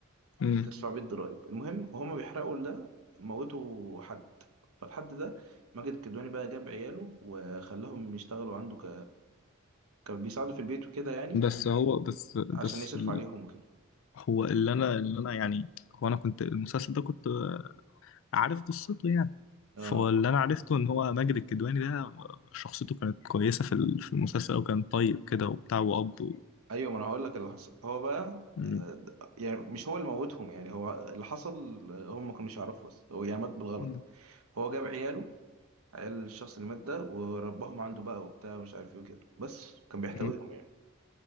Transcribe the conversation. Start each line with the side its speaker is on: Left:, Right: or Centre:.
Left: امم
Right: وتدفع بيه الضرايب المهم وهما بيحرقوا ده موتوا حد فالحد ده ماجد الكدواني بقى جاب عياله وخلاهم يشتغلوا عنده ك... كان بيساعده في البيت وكده يعني
Left: بس هو بس بس
Right: عشان يصرف
Left: ال...
Right: عليهم وكده
Left: هو اللي انا اللي انا يعني هو انا كنت المسلسل ده كنت عارف قصته يعني
Right: اه
Left: فهو اللي انا عرفته ان هو ماجد الكدواني ده شخصيته كانت كويسة في ال- في المسلسل او كان طيب كده وبتاع واب و...
Right: ايوه ما انا هقول لك اللي حصل هو بقى
Left: مم.
Right: آه، يعني مش هو اللي موتهم يعني هو اللي حصل آه، هم ما كانوش يعرفوا بس هو يعني مات بالغلط
Left: مم.
Right: هو جاب عياله عيال الشخص اللي مات ده ورباهم عنده بقى وبتاع ومش عارف ايه وكده بس كان بيحتويهم
Left: مم.
Right: يعني